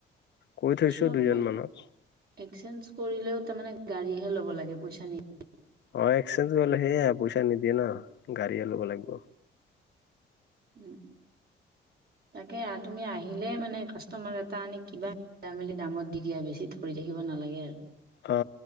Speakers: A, on the left; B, on the right.
A: কৈ থৈছো
B: শ্বৰুমত
A: দুজন মানক
B: এক্সচঞ্জ কৰিলেও তামানে গাড়ীহে ল'ব লাগে, পইচা নি
A: অ, এক্সেঞ্জ গ'লে সেয়া পইচা নিদিয়ে ন, গাড়ীয়ে ল'ব লাগব।
B: উম, তাকে আ তুমি আহিলেই মানে কাষ্টমাৰ এটা আনি কিবা চাই মেলি দামত দি দিয়া বেছি ধৰি থাকিব নালাগে আৰু।
A: অ অ,